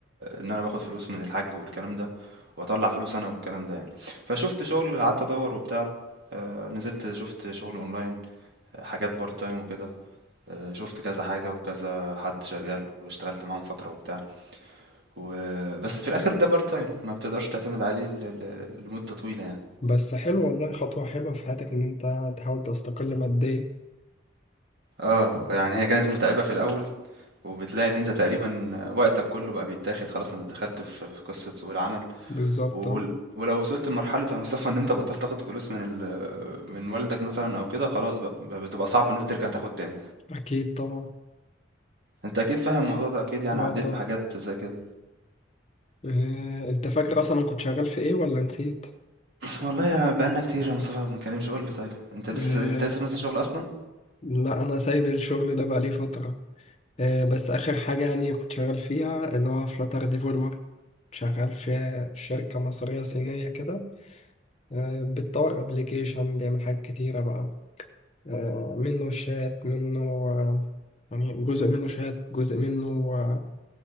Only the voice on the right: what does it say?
ان انا باخد فلوس من الحاج والكلام ده واطلع فلوس انا والكلام ده يعني فشفت شغل قعدت ادور وبتاع آه، نزلت شفت شغل اونلاين آه، حاجات بارت تايم وكده آه، شفت كذا حاجة وكذا حد شغال واشتغلت معاهم فترة وبتاع و... بس في الآخر ده بارت تايم ما بتقدرش تعتمد عليه ل... ل... لمدة طويلة يعني
اه يعني هي كانت متعبة في الأول وبتلاقي ان انت تقريبا وقتك كله بقى بيتاخد خلاص انت دخلت في في قصة سوق العمل
و...
ولو وصلت لمرحلة يا مصطفى ان انت بطلت تاخد فلوس من ال... من والدك مثلا او كده خلاص بقى بقى بتبقى صعب ان انت ترجع تاخد تاني
انت اكيد فاهم الموضوع ده اكيد يعني
عديت
بحاجات زي كده
والله يا بقالنا كتير يا مصطفى ما بنتكلمش قول لي طيب انت لسه
انت لسه في نفس الشغل اصلا